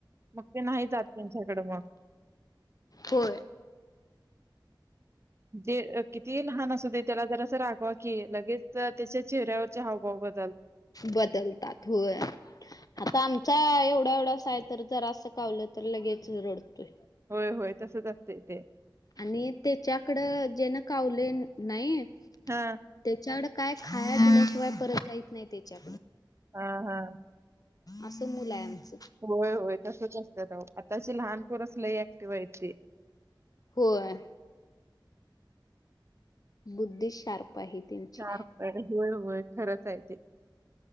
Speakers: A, on the right (about 35°); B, on the left (about 50°).
A: मग ते नाही जात त्यांच्याकडे मग
B: हो
A: जे किती लहान असू दे त्याला जरास रागवा कि लगेच त्याच्या चेहऱ्यावरचे हावभाव ब
B: बदलतात होय. आता आमचा एवढा एवढासा आहे तर जरासं कावलं तर लगेच रडतोय
A: होय होय तसच असतय ते
B: आणि त्याच्याकड जेन कावले नाही
A: हा
B: त्याच्याकड काय खायला शिवाय परत जाहीच नाही त्याच्या
A: हा हा
B: असं मुलं आहे आमचं.
A: होय होय तसेच असतात. आताची लहानपरच लई ऍक्टिवयची
B: होय बुद्धि शार्प आहे त्यांची
A: चार पा होय होय खरंच आहे ते